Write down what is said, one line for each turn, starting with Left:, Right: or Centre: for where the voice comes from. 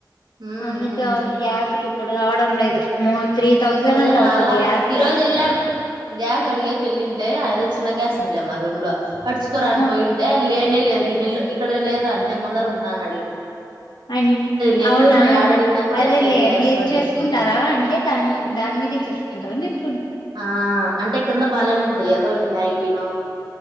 Right: ఉమ్
Left: అందుకే ఆయిల్ గ్యాస్లి ఇప్పుడు రావడం లేదు మోత్ త్రీ థౌజండ్
Right: అదే
Left: అంటా
Right: రాలా
Left: ఒక గ్యాసే
Right: ఈ రోజు ఎళ్ళాం గ్యాస్ అడిగేకి ఏళ్ళింటే అదే చిన్న గ్యాస్ ఉలే మా రూమ్ లో అడుచుకోరాని
Left: ఆహా
Right: పోయింటే లే న లేదు ఈ నెల్ ఇక్కడ లేదా అంటే ముందర ఉందాని
Left: ఉమ్
Right: నెల్లూరులో
Left: అవునా
Right: ఏడడిగినా కూడా
Left: అదే
Right: లేదు
Left: లే
Right: గ్యాస్
Left: మీరు
Right: అనేసింది
Left: చేసుకుంటారా అంటే దాన్ దాన్ని ఉంటరా అ
Right: ఆ అంటే తిన్న బాలేనప్పుడు ఏదో ఒకటి మ్యాగీనో